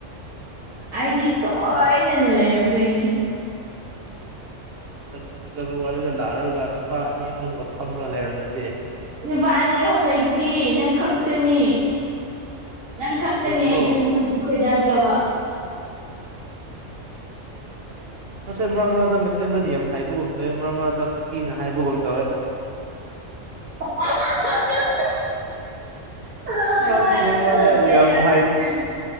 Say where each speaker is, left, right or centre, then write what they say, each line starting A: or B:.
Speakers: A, on the right; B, on the right.
A: ꯑꯩꯗꯤ ꯁꯣꯏꯗꯅ ꯂꯩꯔꯝꯗꯣꯏꯅꯤ
B: ꯁꯛ ꯐꯥꯖꯕ ꯋꯥꯠꯂꯦꯗ ꯂꯥꯛꯔꯒ ꯅꯨꯄꯥ ꯑꯅꯤ ꯑꯍꯨꯝꯒ ꯐꯝꯔꯥ ꯂꯩꯔꯝꯂꯥꯗꯤ
A: ꯅꯨꯄꯥ ꯑꯅꯤ ꯑꯍꯨꯝ ꯂꯩꯇꯦ ꯅꯪ ꯈꯛꯇꯅꯤ ꯅꯪ ꯈꯛꯇꯅꯦ
B: ꯑꯣꯏꯕ꯭ꯔꯣ
A: ꯑꯩ ꯊꯃꯣꯏꯅ ꯈꯣꯏꯗꯥꯖꯕ
B: ꯑꯁ ꯅꯪꯁꯦ ꯃꯔꯛ ꯃꯔꯛꯇꯥ ꯃꯩꯇꯩꯂꯣꯟ ꯌꯥꯝ ꯍꯥꯏꯕꯒꯨꯝ ꯇꯧꯋꯦ ꯃꯔꯛ ꯃꯔꯛꯇ ꯀꯨꯀꯤꯅ ꯍꯥꯏꯕꯒꯨꯝ ꯇꯧꯋꯦ
A: <unintelligible> ꯑꯗꯨꯃꯥꯏꯅ
B: <unintelligible>
A: ꯍꯥꯏꯔꯛꯀꯅꯣ ꯆꯩ ꯂꯥꯛꯀꯅꯤ